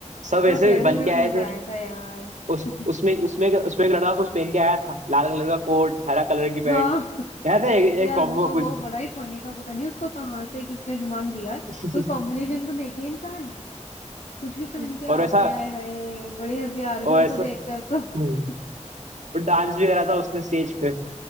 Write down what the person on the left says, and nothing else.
हाँ
फेयरवेल
में
भी मजा
आया था यार
<laughs>
हाँ
<laughs>
यार
वो वो
बड़ा ही फनी था पता नहीं उसको कहाँ से किसने दिमाग दिया
कोई कॉम्बिनेशन तो देखे इंसान कुछ भी पहन
के
आते
हैं हाय हाय बड़ी हंसी आ रही थी
उसको
देखकर तो
<laughs>